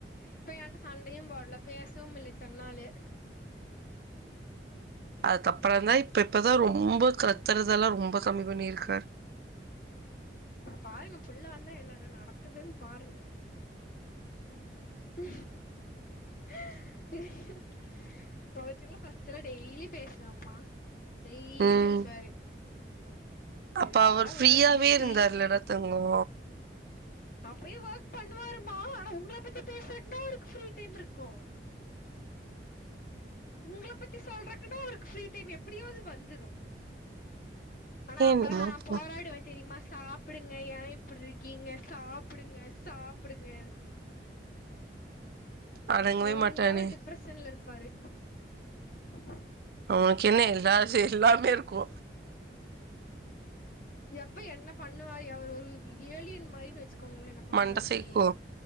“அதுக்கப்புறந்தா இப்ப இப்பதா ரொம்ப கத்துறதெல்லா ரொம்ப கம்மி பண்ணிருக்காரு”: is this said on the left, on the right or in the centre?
Right